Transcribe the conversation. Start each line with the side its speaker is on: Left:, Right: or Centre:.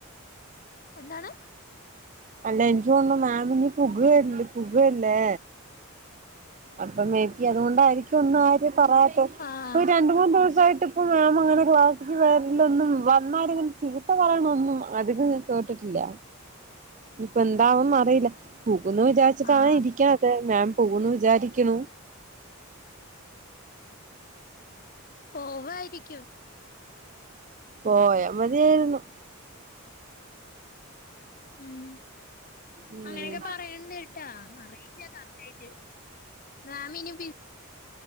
Left: എന്താണ്
Right: അല്ല എനിച്ചോ മാമ ഇനി പുക പുകല്ലേ അപ്പൊ മേബി അതുകൊണ്ടായിരിക്കും ഒന്നും ആര് പറയാത്ത
Left: ആഹ്
Right: രണ്ട മൂന്ന് ദിവസായിട്ട് ഇപ്പ മാം അങ്ങനെ ക്ലാസ്സിക്ക് വരല്ലൊന്നും എന്നാരിലും ചീത്ത പറയണൊന്നും അധികം കേട്ടിട്ടില്ല ഇപ്പ എന്താവാെന്ന് അറിയില്ല പോകുന്നു വിചാരിച്ചിട്ടാണ്
Left: ആഹ്
Right: ഇരിക്കാത്ത ത് മാം പോകുന്ന് വിചാരിക്കണ
Left: പോവായിരിക്കും
Right: പോയ മതിയായിരുന്നു
Left: ഉം
Right: ഉം
Left: അങ്ങനെയൊക്കെ പറയണ്ട് ട്ട അറിയില്ല കറക്റ്റ് ആയിട്ട് മാമിനി